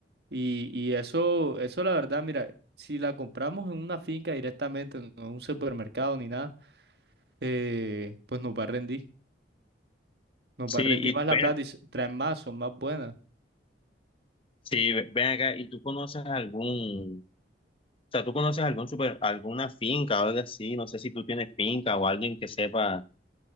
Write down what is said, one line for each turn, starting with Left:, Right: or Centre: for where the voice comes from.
Right: Y, y eso, eso la verdad, mira, si la compramos en una finca directamente, no en un supermercado ni nada, eh, pues nos va a rendir. Nos
Left: Sí,
Right: va a rendir
Left: y
Right: más
Left: ven,
Right: la plata y s- traen más, son más buenas.
Left: sí, ven acá, ¿y tú conoces algún, o sea, tú conoces algún super, alguna finca o algo así? No sé si tú tienes finca o alguien que sepa,